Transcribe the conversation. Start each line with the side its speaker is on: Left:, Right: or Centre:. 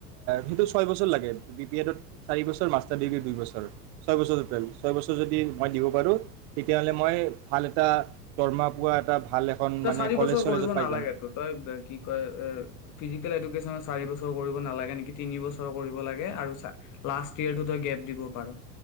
Right: সেইটো ছয় বছৰ লাগে বি পি এডত চাৰিবছৰ মাষ্টাৰ ডিগ্ৰী দুই বছৰ ছয় বছৰপেল ছয় বছৰ যদি মই দিব পাৰোঁ তেতিয়াহ'লে মই ভাল এটা দৰমা পোৱা এটা ভাল এখন
Left: তই
Right: মানে
Left: চাৰি
Right: কলেজ
Left: বছৰ
Right: চলেজত
Left: কৰিব
Right: পাই
Left: নালাগটো
Right: যাম
Left: তই কি কয় ফুচিকেল চাৰি বছৰ কৰিব নেলাগে নেকি তিনি বছৰ কৰিব লাগে আৰু লাষ্ট ইয়ই গেপ দিব পাৰ।